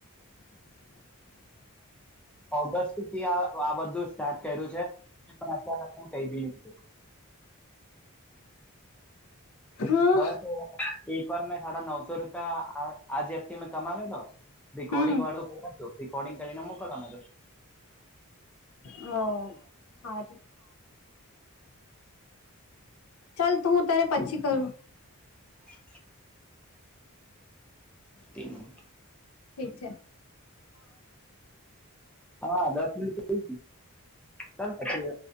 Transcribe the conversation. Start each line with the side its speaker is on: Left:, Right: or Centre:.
Centre: ઓગસ્ટથી આ બધું સ્ટાર્ટ કર્યું છે પણ અત્યારે કી
Left: હ
Centre: બસ એક વાર મેં સાડા નવસો રૂપિયા આ ઝેપથી મેં કમાવેલો રિકર્ડિંગ
Left: હમ
Centre: વાળું કર છું રિકર્ડિંગ કરીને મોકલવાનું એજા.
Left: હો હારું ચાલ ત હું ત્યારે પછી કરો.
Centre: <inaudible> મ
Left: ઠીક છે.
Centre: હા દસ મિનિટ ચાલ પછી